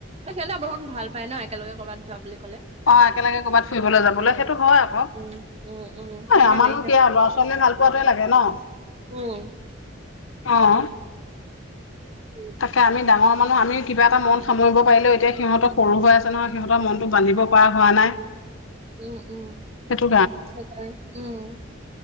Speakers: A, on the right; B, on the left.
A: সিহঁতে বহুত ভাল পায় ন একেলগে কৰ'বাত যোৱা বুলি ক'লে।
B: অঁ একেলগে কৰবাত ফুৰিবলৈ যাবলৈ সেইটো হয় আকৌ
A: উম উম উম সেইকাৰণে
B: আমাৰনো কি আ ল'ৰা ছোৱালীয়ে ভাল। পোৱাটোৱে লাগে ন।
A: উমঁ।
B: অঁ।
A: উম
B: তাকে আমি ডাঙৰ মানুহ আমি কিবা এটা মন সামৰিব পাৰিলেও এতিয়া সিহঁতে সৰু হৈ আছে নহয়। সিহঁতৰ মনটো বান্ধিব পৰা হোৱা নাই।
A: উমঁ উমঁ
B: সেইটো
A: সেইটোৱে উমঁ।